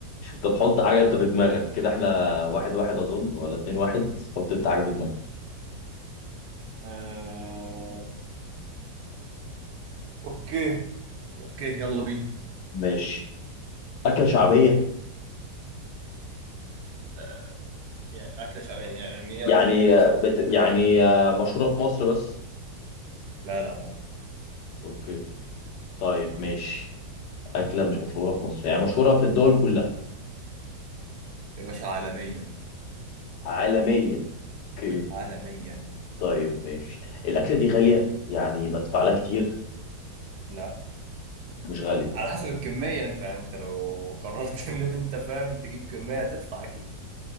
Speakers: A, on the left (about 75°); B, on the right (about 65°).
A: طب حط حاجه انت في دماغك كده احنا واحد واحد اظن ولا اتنين واحد حط انت حاجه في دماغك
B: آه اوكي اوكي يلا بينا
A: ماشي اكله شعبيه
B: آه يعني اكلة شعبية يعني يعني ايه قصدك
A: يعني
B: ايه بشعبية
A: آه، بت... يعني آه، مشهوره في مصر بس
B: لا لا لا لا
A: اوكي طيب ماشي اكله مش مشهوره في مصر يعني مشهوره في الدول كلها
B: يا باشا عالمية
A: عالميه اوكي
B: عالمية
A: طيب ماشي الاكله دي غاليه يعني بدفع لها كتير
B: لا
A: مش غاليه
B: على حسب الكمية انت انت لو قررت <laughs> ان انت فاهم تجيب كمية هتدفع اكيد